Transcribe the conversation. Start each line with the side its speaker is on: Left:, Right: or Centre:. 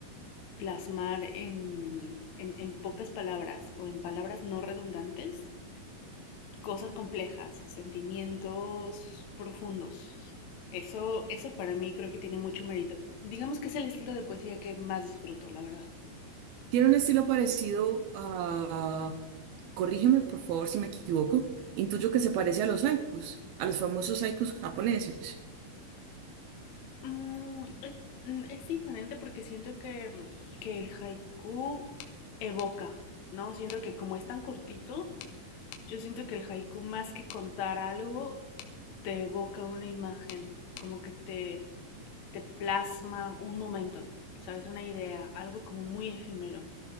Left: plasmar en, en, en pocas palabras o en palabras no redundantes cosas complejas, sentimientos profundos. Eso, eso para mí creo que tiene mucho mérito. Digamos que es el estilo de poesía que más disfruto, la verdad.
Right: Tiene un estilo parecido a, corrígeme por favor si me equivoco, intuyo que se parece a los haikus, a los famosos haikus japoneses.
Left: Mm, es, es diferente porque siento que, que el haiku evoca, ¿no? Siento que como es tan cortito, yo siento que el haiku más que contar algo, te evoca una imagen, como que te, te plasma un momento, ¿sabes? Una idea, algo como muy efímero.